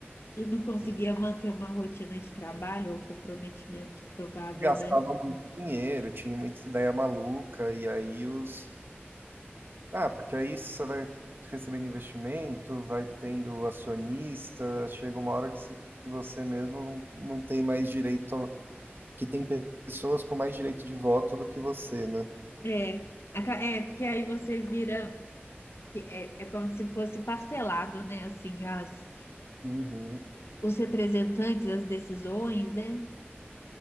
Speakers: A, on the left; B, on the right.
A: E não conseguia
B: e
A: manter uma rotina de trabalho ou comprometimento provável,
B: gastava
A: né?
B: muito dinheiro, tinha muita ideia maluca, e aí os. Ah, porque aí você vai recebendo investimento, vai tendo acionista, chega uma hora que você, que você mesmo não, não tem mais direito, que tem pessoas com mais direito de voto do que você, né?
A: É, aca- é porque aí você vira, é, é como se fosse parcelado, né? Assim, as,
B: Uhum.
A: os representantes, as decisões, né?